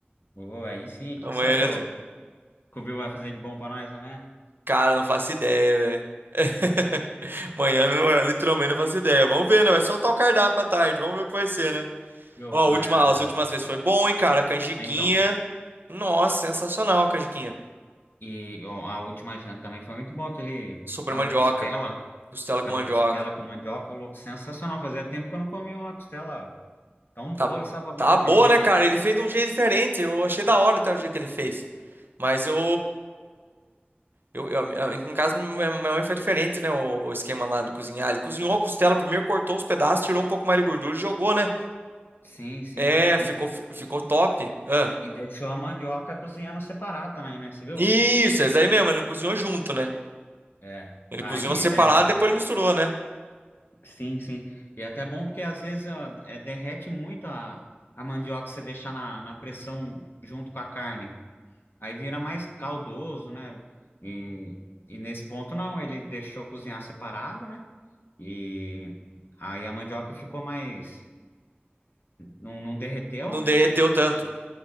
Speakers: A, on the left; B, on the right.
A: Ô, aí sim, o que
B: Amanhã
A: que sabe
B: já
A: que o
B: tem.
A: que o Bill vai fazer de bom pra nós, não é?
B: Cara, não faço ideia, velho. <laughs> Amanhã, não- literalmente, não faço ideia. Vamos ver, né? Vai soltar o cardápio à tarde. Vamos ver o que vai ser, né?
A: Viu?
B: Ó, a
A: Mas,
B: última, as
A: ah,
B: últimas vezes foi bom, hein, cara? Canjiquinha.
A: então,
B: Nossa, sensacional a canjiquinha.
A: e ó, a última janta também foi muito boa, aquele,
B: Sobre
A: aquela
B: mandioca.
A: costela,
B: Costela
A: aquela
B: com mandioca.
A: costela com mandioca, louco, sensacional. Fazia tempo que eu não comia uma costela tão
B: Tá,
A: boa e saborosa
B: tá boa,
A: daquele jeito.
B: né, cara? Ele fez de um jeito diferente. Eu achei da hora até o jeito que ele fez. Mas eu, eu, eu- a- em casa minha minha mãe foi diferente, né? O, o esquema lá de cozinhar. Ele cozinhou a costela primeiro, cortou os pedaços, tirou um pouco mais de gordura e jogou, né?
A: Sim, sim.
B: É, ficou,
A: E,
B: ficou
A: e,
B: top. Ah.
A: e deixou a mandioca cozinhando separado também, né? Você viu?
B: Isso, é isso aí mesmo. Ele não cozinhou junto, né?
A: É.
B: Ele
A: Aí,
B: cozinhou separado,
A: é,
B: depois ele misturou, né?
A: Sim, sim. E é até bom porque às vezes ó, é, derrete muito a, a mandioca se você deixar na, na pressão junto com a carne. Aí vira mais caldoso, né? E, e nesse ponto não, ele deixou cozinhar separado, né? E aí a mandioca ficou mais. Não, não derreteu,
B: Não
A: né?
B: derreteu tanto.